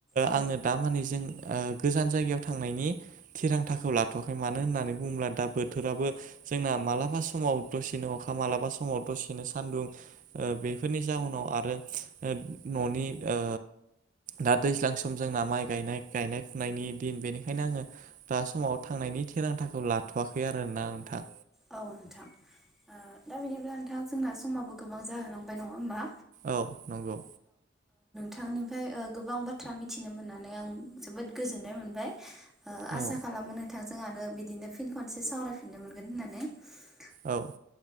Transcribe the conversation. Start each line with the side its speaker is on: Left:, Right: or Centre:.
Centre: औ
Right: आङो दामाने जों ओ गोजान जायगायाव थांनायनि थिरांथाखौ लाथ'वाखै मानो होननानै बुङोब्ला दा बो। बोथोराबो जोंना मालाबा समाव दसेनो अखा मालाबा समाव दसेनो सान्दुं ओ बेफोरनि जाउनाव आरो ओ न'नि ओ दा दैज्लां सम जोंना माइ गायनाय गायनाय फुनायनि दिन बेनिखायनो आङो दा समाव थांनायनि थिरांथाखौ लाथ'वा खै आरोना नोंथां।
Centre: औ नोंथां ओ दा बिदिब्ला नोंथां जोंना समाबो गोबां जाहोलांबाय नङा होमबा
Right: औ नंगौ।
Centre: थांनिफ्राय ओ गोबां बाथ्रा मिथिनो मोननानै आं जोबोद गोजोननाय मोनबाय। ओ आसा
Right: औ
Centre: खालामो नोंथां नोंहानो बिदिनो फिन खनसे सावरायफिननो मोनगोन होननानै नै
Right: औ।